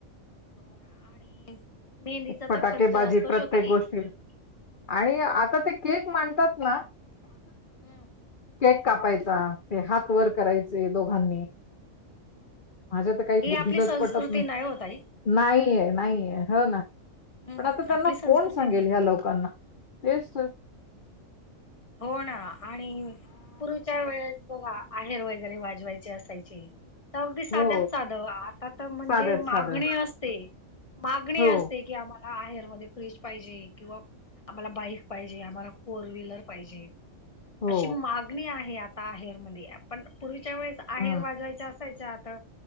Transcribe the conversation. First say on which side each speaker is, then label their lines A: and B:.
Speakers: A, on the left; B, on the left.
A: हो ना आणि मेहंदीचा
B: फटाके
A: तर खर्च
B: बाजी
A: असतोच
B: प्रत्येक
A: ओ ताई
B: गोष्टीत. आणि आता ते केक मांडतात ना.
A: हम्म.
B: केक कापायचा. ते हात वर करायचे दोघांनी. माझ्या त काही बुद्धीलाच
A: आपली संस्कृती
B: पटत नाही.
A: ओ ताई.
B: नाहीये, नाहीये, हो ना.
A: हम्म
B: पण आता त्यांना
A: आपली संस्कृती
B: कोण सांगेल?
A: नाही.
B: ह्या लोकांना तेच तर.
A: हो ना. आणि पूर्वीच्या वेळेस बघा आहेर वगैरे वाजवायचे असायचे. अगदी साध्यात
B: हो
A: साध. आता त म्हणजे
B: साध्यात
A: मागणी
B: साधं
A: असते. मागणी
B: हो
A: असते की आम्हा ला आहेरमध्ये फ्रीज पाहिजे किंवा आम्हाला बाईक पाहिजे, आम्हाला फोर व्हीलर पाहिजे.
B: हो
A: अशी मागणी आहे आता आहेरमध्ये. पण पूर्वीच्या वेळेस आहेर
B: हम्म
A: वाजवायचा <unintelligible> असायचा. आता